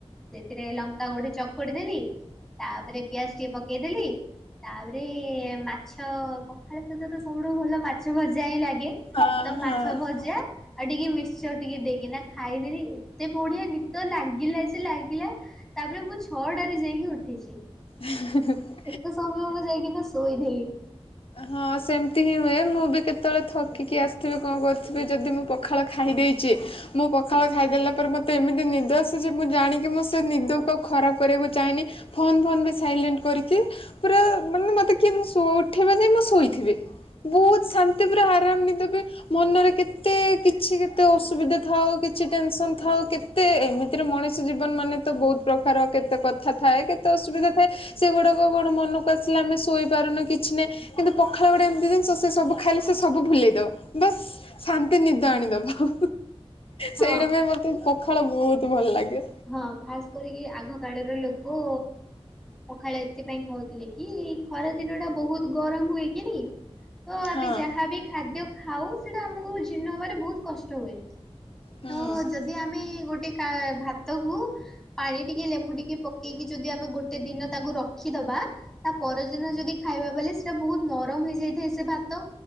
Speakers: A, in the centre; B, on the left (about 60°).
A: ସେଥିରେ ଲଙ୍କା ଗୋଟେ ଚକୁଡି ଦେଲି ତାପରେ ପିଆଜ ଟିକେ ପକେଇଦେଲି ତାପରେ ମାଛ ପଖାଳ ସହିତ ତ ଶ ସବୁଠୁ ଭଲ ମାଛ ଭଜା ହିଁ ଲାଗେ
B: ହଁ
A: ତ ମାଛ
B: ହଁ ହଁ
A: ଭଜା ଆଉ ଟିକେ ମିକ୍ସଚର ଟିକେ ଦେଇକିନା ଖାଇଦେଲି ଏତେ ବଢିଆ ନିଦ ଲାଗିଲା ଯେ ଲାଗିଲା ତାପରେ ମୁଁ ଛଅଟାରେ ଯାଇକି ଉଠିଛି।
B: ହିଁ ହିଁ ହିଁ।
A: ଏତେ ସମୟ ମୁଁ ଯାଇକିନା ଶୋଇଥିଲି।
B: ହଁ ସେମିତି ହିଁ ହୁଏ ମୁଁ ବି କେତେବେଳେ ଥକିକି ଆସିଥିବି କଣ କରୁଥିବି ଯଦି ମୁଁ ପଖାଳ ଖାଇ ଦେଇଛି ମୁଁ ପଖାଳ ଖାଇଦେଲା ପରେ ମୋତେ ଏମିତି ନିଦ ଆସେ ଯେ ମୁଁ ଜାଣିକି ମୁଁ ସେ ନିଦକୁ ଆଉ ଖରାପ କରିବାକୁ ଚାହେଁନି ଫୋନ ଫୋନ ବି ସାଇଲେଣ୍ଟ କରିକି ପୁରା ମାନେ ମତେ କିଏ ନ ସୋ ଉଠେଇବା ଯାଏ ମୁଁ ଶୋଇଥିବି। ବହୁତ ଶାନ୍ତି ପୁରା ଆରାମ ନିଦ ବି ମନରେ କେତେ କିଛି କେତେ ଅସୁବିଧା ଥାଉ କିଛି ଟେନସନ ଥାଉ କେ ତେ ଏମିତିରେ ମଣିଷ ଜୀବନ ମାନେ ତ ବହୁତ ପ୍ରକାର କେତେ କଥା ଥାଏ କେତେ ଅସୁବିଧା ଥାଏ ସେଗୁଡାକ କଣ ମନକୁ ଆସିଲେ ଆମେ ଶୋଇପାରୁନୁ କି କିଛି ନାହିଁ କିନ୍ତୁ ପଖାଳ ଗୋଟେ ଏମତି ଜିନିଷ ସେ ସବୁ ଖାଇଲେ ସେ ସବୁ ଭୁଲେଇ ଦବ ବାସ୍ ଶାନ୍ତି ନିଦ ଆଣିଦବ
A: ହଁ
B: ସେଇଟା ପାଇଁ ମତେ ପଖାଳ ବହୁତ ଭଲ ଲାଗେ।
A: ହଁ ଖାସ କରିକି ଆଗ କାଳର ଲୋକ ପଖାଳ ଏଥିପାଇଁ ଖାଉଥିଲେ କି ଏଇ ଖରା ଦିନ ଟା ବହୁତ ଗରମ ହୁଏ କି ତ ଆମେ
B: ହଁ
A: ଯାହାବି ଖାଦ୍ୟ ଖାଉ ସେଟା ଆମକୁ ଜୀର୍ଣ ହବାରେ ବହୁତ କଷ୍ଟ ହୁଏ
B: ହୁଁ
A: ତ ଯଦି ଆମେ ଗୋଟେ କା ଭାତକୁ ପାଣି ଟିକେ ଲେମ୍ବୁ ଟିକେ ପ କେଇକି ଯଦି ଆମେ ଗୋଟେ ଦିନ ତାକୁ ରଖିଦବା ତା ପରଦିନ ଯଦି ଖାଇବା ବଲେ ସେଟା ବହୁତ ନରମ ହେଇଯାଇଥାଏ ସେ ଭାତ